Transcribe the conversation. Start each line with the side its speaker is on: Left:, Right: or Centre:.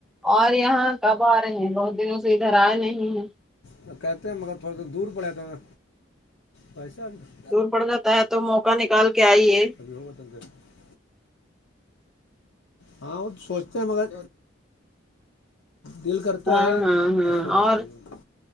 Centre: اور یہاں کب آ رہے ہیں بہت دنوں سے ادھر آئے نہیں ہیں
Left: تو کہتے ہیں مگر تھوڑا سا دور پڑے تو گا بھائی صاحب
Centre: دور پڑ جاتا ہے تو موقع نکال کے آئیے
Left: <unintelligible> ہاں وہ تو سوچتے ہیں مگر دل کرتا
Centre: ہاں
Left: ہے
Centre: ہاں ہاں
Left: اس پے دال
Centre: اور
Left: دیجیے